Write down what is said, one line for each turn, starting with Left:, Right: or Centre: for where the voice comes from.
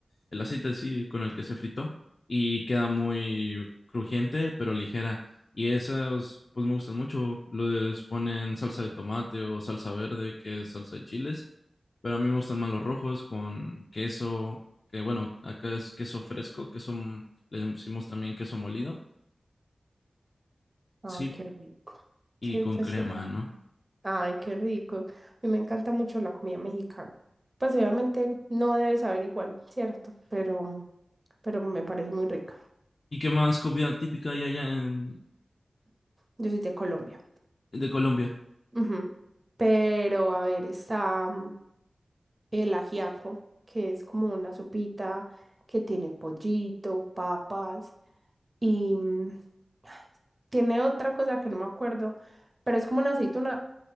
Left: el aceite sí, con el que se fritó, y queda muy crujiente, pero ligera. Y esas, pues me gustan mucho. Les ponen salsa de tomate o salsa verde, que es salsa de chiles, pero a mí me gustan más los rojos con queso, que bueno, acá es queso fresco, queso, le decimos también queso molido,
Right: Ay,
Left: sí,
Right: qué rico.
Left: y
Right: Sí,
Left: con
Right: pues
Left: crema,
Right: será.
Left: ¿no?
Right: Ay, qué rico. A mí me encanta mucho la comida mexicana. Pues obviamente no debe saber igual, ¿cierto? Pero, pero me parece muy rica.
Left: ¿Y qué más comida típica hay allá en,
Right: Yo soy de Colombia.
Left: de Colombia?
Right: Ujú. Pero a ver, está mm, el ajiaco, que es como una sopita que tiene pollito, papas y mm, ay, tiene otra cosa que no me acuerdo, pero es como una aceituna.